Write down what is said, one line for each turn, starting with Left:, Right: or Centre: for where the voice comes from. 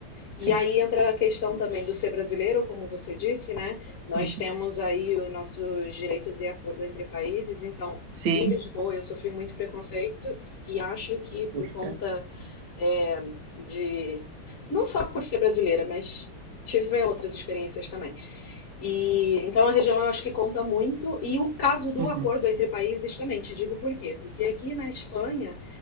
Right: sim,
Left: E aí entra a questão também do ser brasileiro, como você disse, né? Nós
Right: Uhum.
Left: temos aí os nossos direitos e acordo entre países, então
Right: sim.
Left: em Lisboa eu sofri muito preconceito e acho que por
Right: Puxa.
Left: conta é, de não só por ser brasileira, mas tive outras experiências também. E então a região eu acho que conta muito e o caso do
Right: Uhum.
Left: acordo entre países também. Te digo por quê? Porque aqui na Espanha